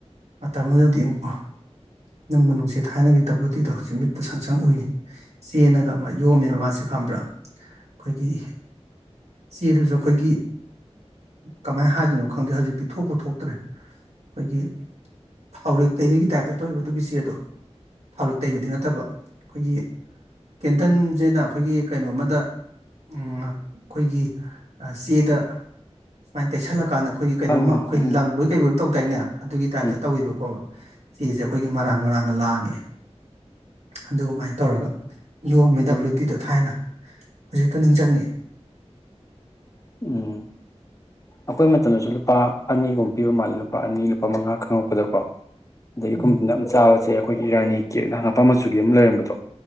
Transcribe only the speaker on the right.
ꯃꯇꯝ ꯑꯗꯨꯗꯗꯤ ꯑꯃꯨꯛ ꯄ ꯅꯪꯕꯨ ꯅꯨꯡꯁꯤꯠ ꯊꯥꯏꯅꯒꯤ ꯗꯕ꯭꯭ꯂꯨ ꯗꯤꯗꯣ ꯍꯧ ꯃꯤꯠꯇ ꯁꯪꯁꯪ ꯎꯏ ꯆꯦꯟꯟꯅꯒ ꯃꯥ ꯌꯣꯝꯃꯦꯕ ꯃꯥꯁꯦ ꯈꯝꯕ꯭ꯔꯥ ꯑꯩꯈꯣꯏꯒꯤ ꯆꯦꯗꯨꯁꯨ ꯑꯩꯈꯣꯏꯒꯤ ꯀꯃꯥꯏꯅ ꯍꯥꯏꯗꯣꯏꯅꯣ ꯈꯪꯗꯦ ꯍꯧꯖꯤꯛꯇꯤ ꯊꯣꯛꯄ ꯊꯣꯛꯇ꯭ꯔꯦ ꯑꯩꯈꯣꯏꯒꯤ ꯊꯥꯎꯔꯦꯛ ꯇꯩꯕꯒꯤ ꯇꯥꯏꯞꯇ ꯇꯧꯕ ꯑꯗꯨꯒꯤ ꯆꯦꯗꯣ ꯊꯥꯔꯤꯛ ꯇꯩꯕꯗꯤ ꯅꯠꯇꯕ ꯑꯩꯈꯣꯏꯒꯤ ꯀꯦꯟꯇꯟꯁꯤꯅ ꯑꯩꯈꯣꯏꯒꯤ ꯀꯩꯅꯣꯝꯃꯗ ꯑꯩꯈꯣꯏꯒꯤ ꯆꯦꯗ ꯁꯨꯃꯥꯏꯅ ꯇꯩꯁꯜꯂꯀꯥꯟꯗ ꯑꯩꯈꯣꯏꯒꯤ ꯀꯩꯅꯣꯝꯃ
ꯑꯩꯈꯣꯏ
ꯂꯪꯕꯒꯤ ꯇꯧ ꯇꯥꯏꯅꯦ ꯑꯗꯨꯒꯤ ꯇꯥꯏꯞꯇ
ꯇꯧꯋꯦꯕꯀꯣ ꯆꯁꯦ ꯑꯩꯈꯣꯏꯒꯤ ꯃꯔꯥꯡ ꯃꯔꯥꯡꯒ ꯂꯥꯡꯉꯦ ꯑꯗꯨꯃꯥꯏꯅ ꯇꯧꯔꯒ ꯌꯣꯝꯃꯦ ꯗꯕ꯭ꯂꯤꯎ ꯇꯤꯗ ꯊꯥꯏꯅ ꯍꯧꯖꯤꯛꯇ ꯅꯤꯡꯁꯤꯡꯪꯉꯤ
ꯎꯝ